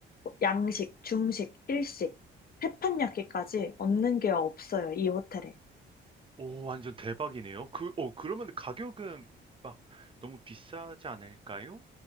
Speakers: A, on the left; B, on the right.
A: 양식, 중식, 일식, 태판야끼까지 없는 게 없어요, 이 호텔에.
B: 오, 완전 대박이네요. 그, 어, 그러면 가격은 막 너무 비싸지 않을까요?